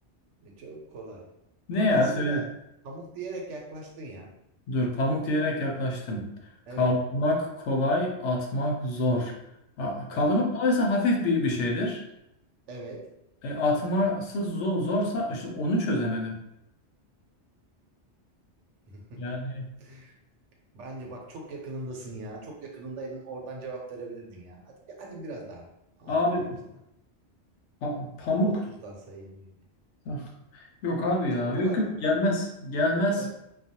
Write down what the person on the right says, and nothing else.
E, çok kolay.
Bak
aslında
pamuk diyerek yaklaştın ya.
Evet.
Hı-hı.
Evet.
<laughs>
Bence bak çok yakınındasın ya. Çok yakınındaydın oradan cevap verebilirdin ya. Hadi, hadi biraz daha hak
vereyim sana.
30'dan sayayım geriye.
Çok
kolay
lan.
Yok.